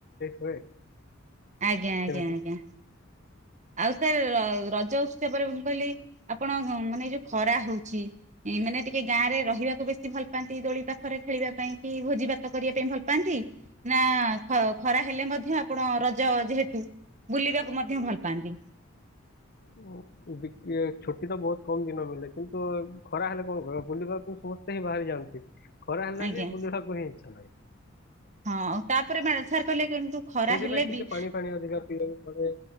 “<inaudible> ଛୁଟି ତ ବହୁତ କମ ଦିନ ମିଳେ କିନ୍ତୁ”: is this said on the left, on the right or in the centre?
Left